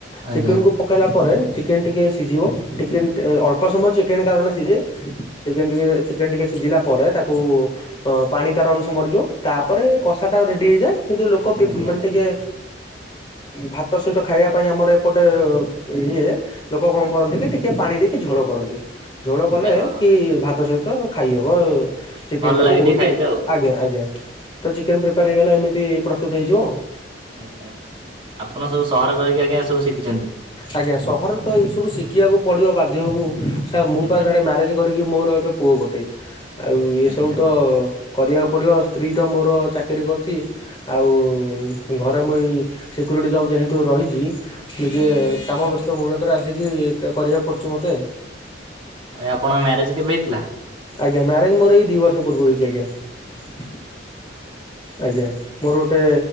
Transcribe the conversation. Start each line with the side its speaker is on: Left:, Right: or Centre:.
Right: ଆଜ୍ଞା
Left: ଚିକେନ୍
Right: ଆଜ୍ଞା
Left: କୁ ପକେଇଲା ପରେ ଚିକେନ୍ ଟିକେ ସିଝିବ ଟିକେନ୍ ଅଳ୍ପ ସମୟ ଚିକେନ୍ କାରଣ ସିଝେ ଚିକେନ୍ ଟିକେ ଚିକେନ୍ ଟିକେ ସିଝିଲା ପରେ ତାକୁ ପାଣି ତାର ଅଂଶ ମରିଯିବ ତାପରେ କଷାଟା ରେଡ଼ି ହେଇଯାଏ। କିନ୍ତୁ ଲୋକ
Right: ଆଜ୍ଞା
Left: ମାନେ ଟିକେ ଭାତ ସହିତ ଖାଇବା ପାଇଁ ଆମର ପଟେ ଅ ଇଏ ଲୋକ କଣ କରନ୍ତି କି ଟିକେ ପାଣି ଦେଇକି ଝୋଳ କରନ୍ତି ଝୋଳ
Right: ଆଜ୍ଞା
Left: କଲେ
Right: ହଁ
Left: କି ଭାତ ସହିତ ଖାଇହବ। ଚିକେନ
Right: ଭଲ
Left: ଟାକୁ
Right: ଲାଗେ
Left: ବହୁତୁ
Right: ଟିକେ ଖାଇତେ ଆଉ
Left: ଆଜ୍ଞା ଆଜ୍ଞା ତ ଚିକେନ୍ ପ୍ରିପାର୍ ହେଇଗଲା ଏମିତି ପ୍ରସ୍ତୁତ ହେଇଯିବ ଉ।
Right: ଆଜ୍ଞା ଆପଣ ସବୁ ସହରରେ ରହିକି ଆଜ୍ଞା ଏ ସବୁ ଶିଖିଛନ୍ତି?
Left: ଆଜ୍ଞା ସହରରେ ତ ଏଇ ସବୁ ଶିଖିବାକୁ ପଡିବ ବାଧ୍ୟକୁ। ସାର୍ ମୁ
Right: ଆଜ୍ଞା
Left: ପା ସାଡେ ମ୍ୟାରେଜ୍ କରିକି ମୋର ଏବେ ପୁଅ ଗୋଟେ ଆଉ ଏ
Right: ଆଜ୍ଞା
Left: ସବୁ ତ କରିବାକୁ ପଡ଼ିବ ସ୍ତ୍ରୀ ତ ମୋର ଚାକିରିୀ କରିଚି। ଆଉ ଘରେ ମୁଁଇ ସିକ୍ୟୁରିଟି ଜବ୍ ଯେହେତୁ ରହିଚି ନିଜେ
Right: ଆଜ୍ଞା
Left: କାମ ବ୍ୟସ୍ତ ବହୁଳତାରେ ଆସିକି କରିବାକୁ ପଡୁଛି ମତେ।
Right: ଆଜ୍ଞା ଆପଣଙ୍କ ମ୍ୟାରେଜ୍ କେବେ ହେଇଥିଲା?
Left: ଆଜ୍ଞା ମ୍ୟାରେଜ୍ ମୋର ଏଇ ଦି ବର୍ଷ ପୂର୍ବରୁ ହେଇଛି ଆଜ୍ଞା। ଆଜ୍ଞା ମୋର ଗୋଟେ